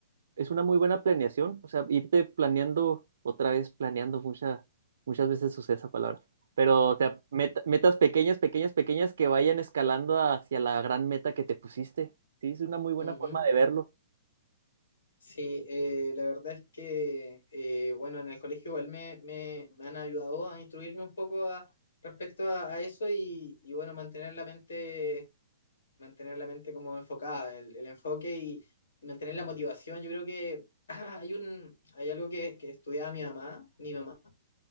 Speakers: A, on the right; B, on the left.
A: es una muy buena planeación, o sea, irte planeando, otra vez planeando, mucha, muchas veces usé esa palabra, pero o sea, meta- metas pequeñas, pequeñas, pequeñas que vayan escalando hacia la gran meta que te pusiste. Sí, es una muy buena
B: Ujú.
A: forma de verlo.
B: Sí, eh, la verdad es que, eh, bueno, en el colegio igual me, me, me han ayudado a instruirme un poco a- respecto a, a eso y, y, bueno, mantener la mente, mantener la mente como enfocada, el, el enfoque y, y mantener la motivación. Yo creo que <clears throat> ah, hay un, hay algo que, que estudiaba mi mamá, mi mamá,